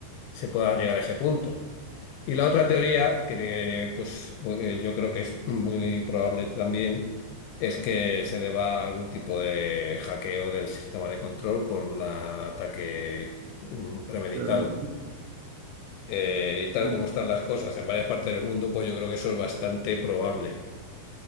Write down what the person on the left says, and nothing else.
se pueda llegar a ese punto. Y la otra teoría, que eh, pues, pues, yo creo que es muy probable también, es que se deba a algún tipo de hackeo del sistema de control por un ataque mm, premeditado
eh, y tal
como están las cosas en varias partes del mundo, pues yo creo que eso es bastante probable.